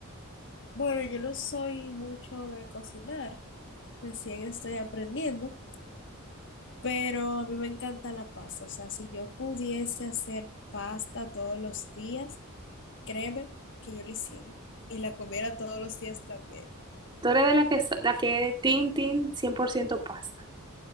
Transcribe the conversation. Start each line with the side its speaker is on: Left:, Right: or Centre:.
Left: Bueno, yo no soy mucho de cocinar, recién estoy aprendiendo, pero a mí me encanta la pasta. O sea, si yo pudiese hacer pasta todos los días, créeme que yo lo hiciera y la comiera todos los días también.
Right: Tú eres de la que, s- la que eres tin, tin, 100% pasta.